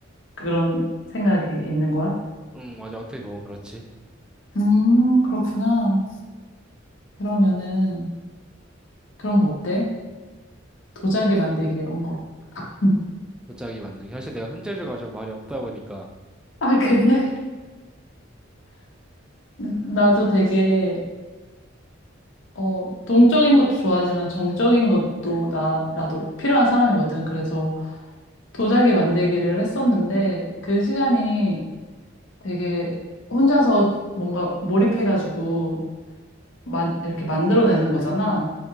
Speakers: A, on the left; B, in the centre.
A: 그런 생각이 있는 거야?
B: 응, 맞아. 어떻게 보면 그렇지.
A: 음, 그렇구나. 그러면은 그런 거 어때? 도자기 만들기 이런 거. <laughs>
B: 도자기 만들기. 사실 내가 손재주가 좀 많이 없다 보니까,
A: 아, 그래? 나도 되게 어, 동적인 것도 좋아하지만 정적인 것도 나, 나도 필요한 사람이거든. 그래서 도자기 만들기를 했었는데 그 시간이 되게 혼자서 뭔가 몰입해가지고 만, 이렇게 만들어내는 거잖아.